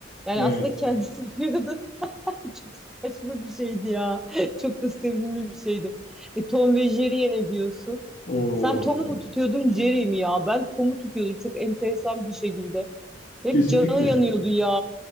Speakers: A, in the centre; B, on the left (about 45°).
A: Yani
B: evet.
A: aslında kendisi yapıyordu. <laughs> Çok saçma bir şeydi ya. Çok da sevimli bir şeydi. E, Tom ve Jerry'e ne diyorsun?
B: O
A: Sen Tom'u
B: Thomas.
A: mu tutuyordun Jerry mi ya? Ben Tom'u tutuyordum çok enteresan bir şekilde. Hep
B: Kesinlikle.
A: canı yanıyordu ya.